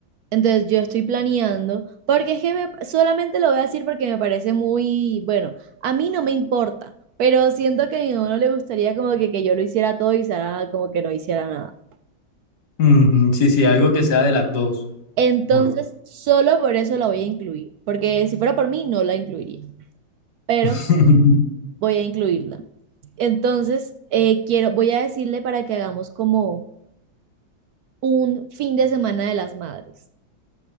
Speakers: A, on the right (about 75°); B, on the left (about 55°).
A: Entonces yo estoy planeando, porque es que me- solamente lo voy a decir porque me parece muy, bueno, a mí no me importa, pero siento que a mi mamá no le gustaría como que, que yo lo hiciera todo y Sara como que no hiciera nada.
B: Ujú, sí, sí, algo que sea de las dos.
A: Entonces,
B: Mejor.
A: solo por eso la voy a incluir, porque si fuera por mí, no la incluiría. Pero
B: <laughs>
A: voy a incluirla. Entonces, eh, quiero, voy a decirle para que hagamos como un fin de semana de las madres.